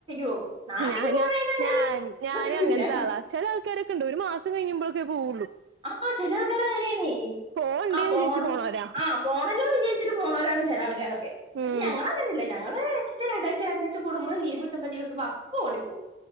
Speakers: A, on the right; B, on the right.
A: പോവും നാട്ടിക്ക്
B: ആ
A: പോണേന്
B: ഞനും
A: അങ്ങനെ
B: ഞാൻഅങ്ങനത്തെ
A: ഇതൊന്നുല്ല
B: ആള ചില ആൾക്കാരൊക്കെ ഉണ്ട് ഒരു മാസം കഴിഞ്ഞുമ്പോൾ പോ വള്ളു
A: ആഹ ചില ആൾക്കാര അങ്ങനെയണ
B: പോവണ്ടേന്ന്
A: ആ പോണ്
B: വിചാരിച്ച് പോണോരാ
A: ആ പോണല്ലോ വിജാരി പോവരാണ് ചില ആൾക്കാരൊക്കെ
B: ഉം
A: പക്ഷെ ഞങ്ങളങ്ങനെയല്ല ഞങ്ങള് എല്ല രണ്ട് അഴ്ച്ച രണ്ട് അഴ്ച്ച ഇച്ച്കൂടുമ്പോ ലീവ് കിട്ടുമ്പോ ലാവ് കിട്ടുമ്പോ അപ്പോ ഓടി പോകും